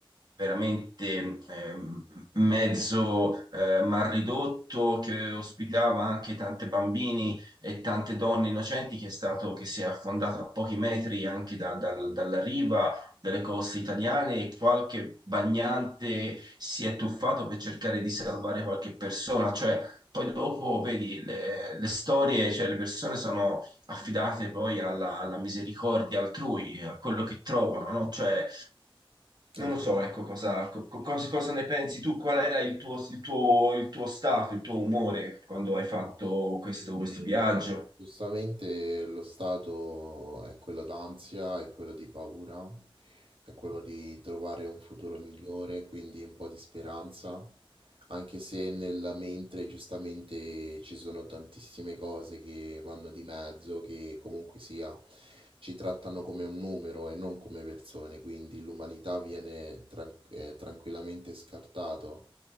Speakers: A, on the right (about 50°); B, on the right (about 70°).
A: veramente ehm, mezzo eh, mal ridotto che ospitava anche tanti bambini e tante donne innocenti che è stato, che si è affondato a pochi metri anche da- dal- dalla riva delle coste italiane e qualche bagnante si è tuffato per cercare di salvare qualche persona, cioè poi dopo vedi le, le storie, cioè le persone sono affidate poi alla, alla misericordia altrui, a quello che trovano, no? Cioè,
B: è...
A: non
B: esatto.
A: lo so, ecco, cosa, co- co- cosa- cosa ne pensi tu? Qual era il tuo, il tuo, il tuo stato, il tuo umore quando hai fatto questo,
B: E
A: questo viaggio?
B: Giustamente lo stato è quello d'ansia, è quello di paura, è quello di trovare un futuro migliore, quindi un po' di speranza, anche se nella mente giustamente ci sono tantissime cose che vanno di mezzo, che comunque sia ci trattano come un numero e non come persone, quindi l'umanità viene tran- eh, tranquillamente scartato